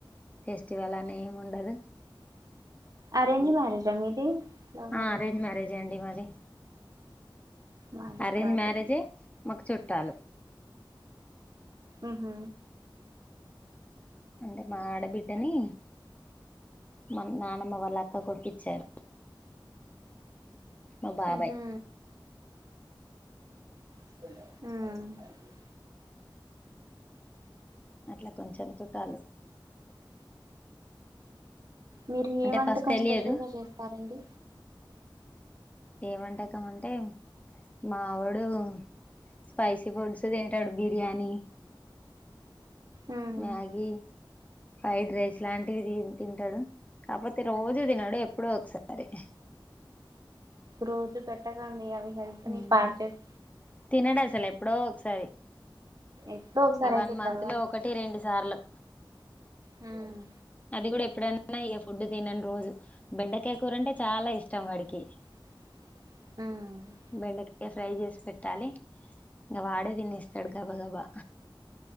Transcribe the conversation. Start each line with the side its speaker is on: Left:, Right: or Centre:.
Left: ఫెస్టివల్ అని ఏమి ఉండదు
Right: ఆరెంజ్ మ్యారేజా మీది లవ్ మ్యారేజా
Left: ఆ అరేంజ్ మ్యారేజే అండి మాది
Right: మాది
Left: అరేంజ్
Right: కూడా అదే
Left: మ్యారేజే మాకు చుట్టాలు
Right: ఉహు
Left: అంటే మా ఆడబిడ్డని మ నానమ్మ వాళ్ళ అక్క కొడుకి ఇచ్చారు మా బాబాయ్
Right: ఉహు హ్మ్
Left: అట్లా కొంచెం చుట్టాలు
Right: మీరు ఏ
Left: అంటే
Right: వంటకం
Left: ఫస్ట్ తెలియదు
Right: స్పెషల్ గా చేస్తారండి
Left: ఏ వంటకం అంటే మావోడు స్పైసీ ఫుడ్స్ తింటాడు బిర్యానీ
Right: ఉ
Left: మ్యాగీ ఫ్రైడ్ రైస్ లాంటివి తిన్ తింటాడు కాకపోతే రోజూ తినడు ఎప్పుడో ఒకసారి
Right: రోజు పెట్టకండి అవి హెల్త్ని
Left: మ్మ్
Right: పాడ్ చేస్
Left: తినడు అసల్ ఎప్పుడో ఒకసారి
Right: ఎప్పుడో ఒకసారి
Left: ఈ
Right: అయితే
Left: వన్ మంత్
Right: పర్వాలి
Left: లో ఒకటి రెండు సార్లు
Right: హ్మ్
Left: అది కూడా ఎప్పుడన్నా ఇక ఫుడ్ తినని రోజు బెండకాయ కూర అంటే చాలా ఇష్టం వాడికి
Right: హ్మ్
Left: బెండకాయ ఫ్రై చేస్ పెట్టాలి ఇంగా వాడే తినేస్తాడు గబా గబా